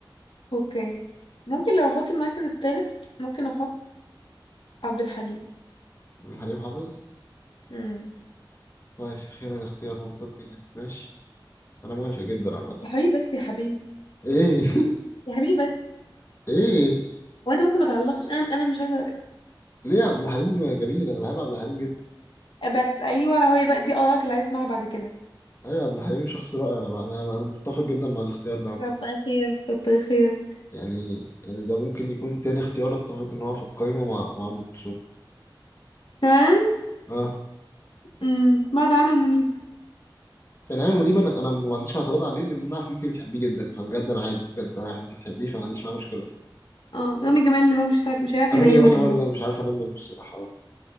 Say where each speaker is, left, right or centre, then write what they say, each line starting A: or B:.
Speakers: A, on the left; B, on the left.
A: اوكي ممكن لو احط المركز التالت ممكن احط عبد الحليم
B: حليم حافظ
A: مم.
B: كويس اخيرا اختيار منطقي يعني ماشي انا موافق جدا عامه
A: يا حبيبي بس يا حبيبي
B: ايه
A: يا حبيبي بس
B: <laughs> ايه
A: هو انت ممكن ما تعلقش انا انا مش عايزه
B: ليه عبد الحليم جميل انا بحب عبد الحليم جدا
A: بس ايوه هو بقى دي ارائك اللي عايز اسمعها بعد كده
B: ايوه عبد الحليم شخص رائع انا بقى انا انا أنا متفق جدا مع الاختيار ده عامه
A: كتر خيرك كتر خيرك
B: يعني يعني ده ممكن يكون تاني اختيار اتفق ان هو في القايمه مع مع ام كلثوم
A: فعلا
B: اه
A: امم بعد عامر منيب
B: يعني ايمن منيب انا انا ما عنديش اعتراض عليه لان انا عارف ان انت بتحبيه جدا فبجد انا عادي بجد انا عارف ان انت بتحبيه فما عنديش معاه مشكله
A: اه رامي جمال اللي هو مش تعرف مش هيعرف
B: رامي
A: ينيمك
B: جمال هو
A: النهارده
B: اللي انا مش عارف انام منه الصراحه